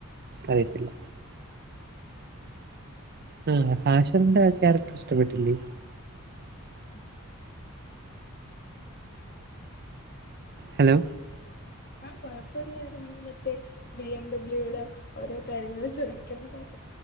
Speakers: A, on the right (about 45°); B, on the left (about 45°).
A: അറിയത്തില്ല. ആ ഹാഷിറിന്റെ ക്യാരക്ടർ ഇഷ്ടപ്പെട്ടില്ലേ.
B: അക്ക <unintelligible>
A: ഹലോ?
B: ആഹ് കൊഴപ്പൂല്ലാരുന്നു. മറ്റേ ബി എം ഡബ്ല്യൂടെ ഓരോ കാര്യങ്ങൾ ചോദിക്കാൻ പറു